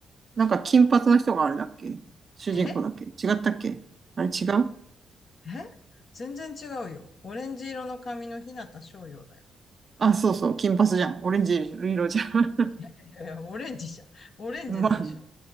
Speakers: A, on the right (about 30°); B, on the left (about 40°).
A: なんか金髪の人があれだっけ主人公だっけ違ったっけあれ違う
B: ええ全然違うよ。オレンジ色の髪の日向翔陽だよ。
A: あ、そうそう。金髪じゃん。オレンジ色じゃん。
B: いやいやいや、オレンジじゃん。
A: <laughs>
B: オレンジだよ、
A: まあね。
B: 翔陽。